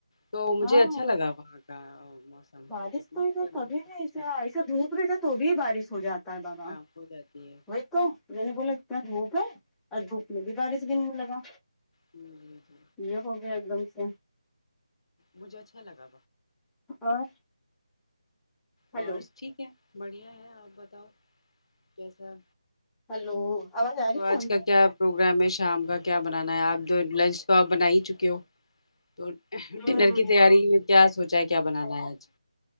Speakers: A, on the left; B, in the centre.
A: تو مجھے
B: ہاں
A: اچھا لگا وہاں کا موسم
B: بارش
A: ایٹموسفیئر
B: تو ادھر کبھی
A: بہت
B: نہیں
A: اچھا
B: ایسے ایسے دھوپ رہتے تو بھی بارش ہو جاتی <unintelligible>
A: شام ہو جاتی ہے
B: تو میں نے بولا اتنا دھوپ ہے اور دھوپ میں بھی بارش گرنے لگا
A: جی جی جی
B: یہ ہو گے ایک دم سے
A: مجھے اچھا لگا
B: اور ہلو
A: اور ٹھیک ہے بڑھیا ہے آپ بتاؤ کیسا
B: ہلو آواز آ
A: تو
B: رہی
A: آج
B: ہے
A: کا کیا پروگرام ہے شام کا کیا بنانا ہے آپ جو لنچ تو بنا ہی چکے ہو تو
B: ہاں
A: ڈنر کی تیاری میں کیا سوچا ہے کیا بنانا ہے آج